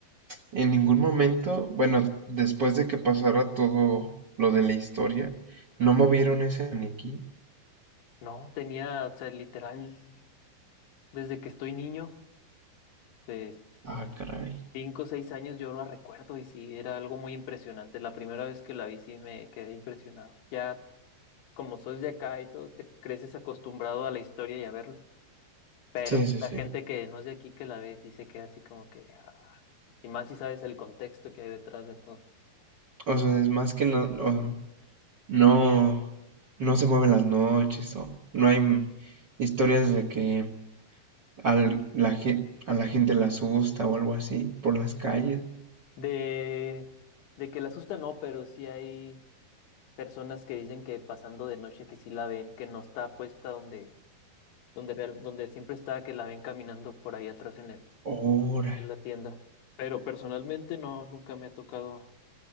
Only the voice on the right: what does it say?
En ningún momento, bueno, después de que pasara todo lo de la historia, no movieron ese maniquí.
Ah, caray.
Sí,
sí,
sí.
O sea, es más que no, o- no, no se mueven las noches o no hay m- historias de que al- la gen- a la gente la asusta o algo así por las calles.
Ahora,